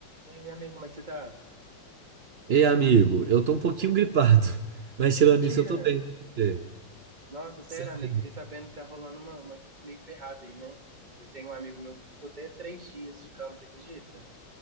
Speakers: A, on the right (about 25°); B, on the right (about 55°).
A: E aí, amigo, como é que você tá?
B: Ei, amigo, eu tô um pouquinho gripado, <laughs> mas tirando
A: Mentira!
B: isso, eu tô bem. E você?
A: Nossa, sério,
B: Sério?
A: amigo, fiquei sabendo que tá rolando uma, uma gripe meio ferrada aí, né? Eu tenho um amigo meu que ficou até três dias de cama, você acredita?